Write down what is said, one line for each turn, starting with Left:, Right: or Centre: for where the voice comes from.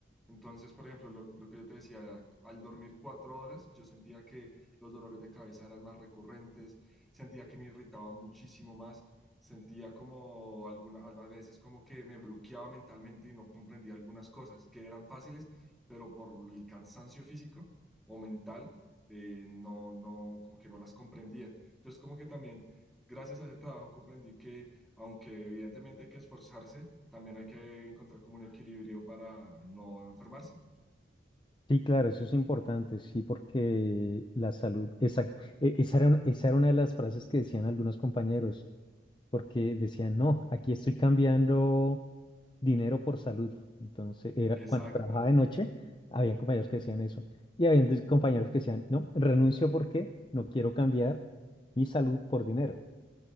Centre: Entonces, por ejemplo, lo, lo que yo te decía, al dormir cuatro horas, yo sentía que los dolores de cabeza eran más recurrentes, sentía que me irritaba muchísimo más, sentía como alguna, a veces como que me bloqueaba mentalmente y no comprendía algunas cosas que eran fáciles, pero por el cansancio físico o mental, eh, no, no, como que no las comprendía. Entonces, como que también, gracias a ese trabajo, comprendí que, aunque evidentemente hay que esforzarse, también hay que encontrar como un equilibrio para no enfermarse.
Left: Sí, claro, eso es importante, sí, porque la salud, exacto. E- Esa era una, esa era una de las frases que decían algunos compañeros. porque decían, no, aquí estoy cambiando dinero por salud. Entonces, era,
Centre: Exacto,
Left: cuando trabajaba de noche, había compañeros que decían eso. Y había entonces compañeros que decían, no, renuncio porque no quiero cambiar mi salud por dinero.